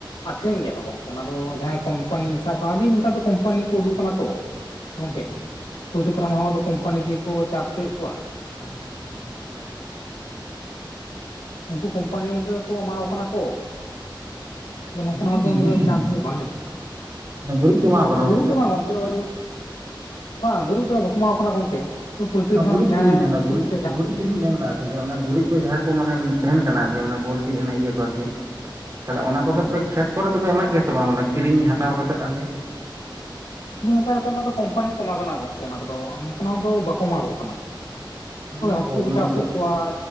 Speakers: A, on the left (about 85°); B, on the right (about 35°).
A: ᱟᱠᱷᱨᱤᱧ ᱜᱮᱭᱟ ᱠᱚ ᱜᱚᱝᱠᱮ ᱚᱱᱟ ᱫᱚ ᱡᱟᱦᱟᱸᱭ ᱠᱳᱢᱯᱟᱱᱤ ᱥᱟᱵ ᱠᱟᱜ ᱟᱹᱰᱤ ᱱᱮᱛᱟᱨ ᱫᱚ ᱠᱳᱢᱯᱟᱱᱤ ᱠᱚ ᱩᱰᱩᱠ ᱟᱠᱟᱱᱟ ᱛᱚ ᱜᱚᱝᱠᱮ
B: ᱦᱩᱸ
A: ᱯᱳᱞᱴᱨᱤ
B: ᱦᱩᱸ
A: ᱯᱷᱟᱨᱢ ᱦᱚᱸ ᱟᱫᱚ ᱠᱚᱢᱯᱟᱱᱤ ᱫᱤᱭᱮ ᱠᱚ ᱪᱟᱥ ᱪᱚᱭᱮᱫ ᱠᱚᱣᱟ
B: <inaudible>
A: ᱩᱱᱠᱩ ᱠᱚᱢᱯᱟᱱᱤ ᱜᱮᱠᱚ ᱮᱢᱟ ᱠᱚ ᱠᱟᱱᱟ ᱠᱚ ᱟᱫᱚ ᱱᱚᱝᱠᱟᱱ
B: ᱜᱩᱨᱤᱡ
A: ᱦᱚᱲ ᱫᱚ ᱚᱸᱰᱮ
B: ᱜᱩᱨᱤᱡ
A: ᱫᱚ ᱪᱟᱱᱥ
B: ᱦᱚᱸ
A: ᱫᱚ ᱵᱟᱝ ᱧᱟᱢᱚᱜᱼᱟ
B: ᱜᱩᱨᱤᱡ ᱠᱚ ᱮᱢᱟᱣ ᱠᱚ ᱠᱟᱱᱟ
A: ᱜᱩᱨᱤᱡ
B: ᱩᱱᱠᱩ
A: ᱫᱚ
B: ᱜᱮ
A: ᱵᱟᱝᱼᱟ ᱳᱭ ᱵᱟᱝ ᱜᱩᱨᱤᱡ ᱫᱚ ᱵᱟᱠᱚ ᱮᱢᱟ ᱠᱚ ᱠᱟᱱᱟ ᱜᱚᱢᱠᱮ ᱯᱳᱞᱴᱨᱤ
B: ᱚᱱᱟ
A: ᱯᱷᱟᱨᱢ
B: ᱜᱩᱨᱤᱡ
A: ᱡᱟᱦᱟᱸ
B: ᱜᱮᱞᱤᱧ ᱢᱮᱱᱫᱟ ᱜᱩᱨᱤᱡ
A: ᱤᱡ ᱛᱮ ᱡᱟᱦᱟᱸ
B: ᱜᱩᱨᱤᱡ ᱜᱮᱞᱤᱧ ᱢᱮᱱ ᱮᱫᱟ ᱟᱨᱠᱤ ᱡᱮ ᱚᱱᱟ ᱜᱩᱨᱤᱡ ᱠᱚ ᱡᱟᱦᱟᱸ ᱠᱚ ᱢᱟᱱᱮ ᱛᱟᱦᱮᱱ ᱠᱟᱱᱟ ᱟᱨᱠᱤ ᱢᱟᱱᱮ ᱯᱳᱞᱴᱤ ᱮᱱᱮ ᱤᱭᱟᱹ ᱠᱚ ᱟᱨᱠᱤ ᱛᱟᱦᱚᱞᱮ ᱚᱱᱟ ᱠᱚᱫᱚᱯᱮ
A: ᱦᱮᱸ
B: ᱠᱷᱮᱛ ᱠᱚᱨᱮ ᱫᱚᱯᱮ ᱮᱢᱟᱜ ᱜᱮᱭᱟ ᱥᱮ ᱵᱟᱝ ᱢᱟᱱᱮ ᱠᱤᱨᱤᱧ ᱦᱟᱛᱟᱣ ᱠᱟᱛᱮᱫ ᱟᱨᱠᱤ
A: ᱥᱩᱫᱩ ᱚᱱᱠᱟ ᱜᱮᱛᱚ ᱚᱱᱟ ᱫᱚ ᱠᱚᱢᱯᱟᱱᱤ ᱠᱚ ᱮᱢᱟ ᱠᱚ ᱠᱟᱱᱟ ᱜᱚᱢᱠᱮ ᱚᱱᱟ ᱠᱚᱫᱚ ᱱᱚᱝᱠᱟᱱ ᱦᱚᱲ ᱫᱚ ᱵᱟᱠᱚ ᱮᱢᱟ ᱟᱠᱚ ᱠᱟᱱᱟ
B: ᱚᱱᱟ
A: ᱩᱭ ᱦᱟᱹᱠᱩ
B: ᱯᱚ
A: ᱠᱚ
B: ᱢᱟᱱᱮ
A: ᱪᱟᱥ
B: ᱯᱚ
A: ᱞᱮᱫ ᱠᱚᱣᱟ